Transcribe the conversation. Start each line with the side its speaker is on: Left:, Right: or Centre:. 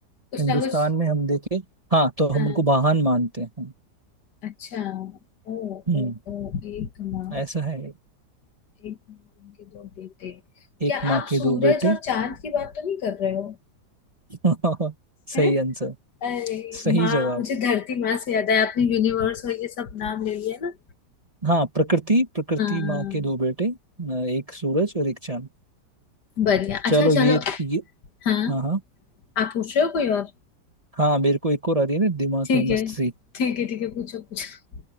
Left: कुछ
Right: हिंदुस्तान
Left: ना कुछ
Right: में हम देखे हाँ तो हम
Left: हाँ
Right: उनको महान मानते हैं
Left: अच्छा ओ
Right: हम्म
Left: ओ ओ एक माँ
Right: ऐसा है
Left: एक माँ उनके दो बेटे क्या
Right: एक माँ
Left: आप
Right: के
Left: सूरज
Right: दो बेटे
Left: और चांद की बात तो नहीं कर रहे हो
Right: <laughs> सही
Left: हैं
Right: आंसर
Left: अरे
Right: सही
Left: माँ
Right: जवाब
Left: मुझे धरती माँ से याद है आपने यूनिवर्स और ये सब नाम ले लिया ना
Right: हाँ प्रकृति प्रकृति
Left: हाँ
Right: माँ के दो बेटे अ, एक सूरज और एक चांद
Left: बढ़िया अच्छा
Right: चलो ये
Left: चलो
Right: ये
Left: हाँ
Right: हाँ हाँ
Left: आप पूछ रहे हो कोई और
Right: हाँ मेरे को एक और आ रही है ना दिमाग
Left: ठीक
Right: में
Left: है
Right: मस्त सी
Left: ठीक है ठीक है पूछो पूछो